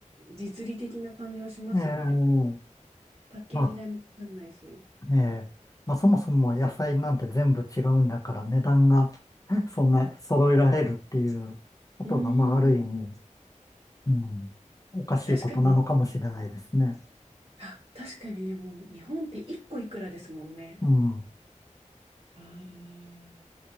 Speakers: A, on the right (about 50°); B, on the left (about 25°).
A: 実利的な感じはしますよね。
B: ええ
A: パッケージ代もかかんないし。
B: まあ、ええまあそもそも野菜なんて全部違うんだから値段が <laughs> そんな揃えられるっていうことが、
A: うーん。
B: まあある意味、うん、おかしいことなのかもしれないですね。
A: 確かに、あ、確かにね、もう日本って一個いくらですもんね。
B: うん、
A: あー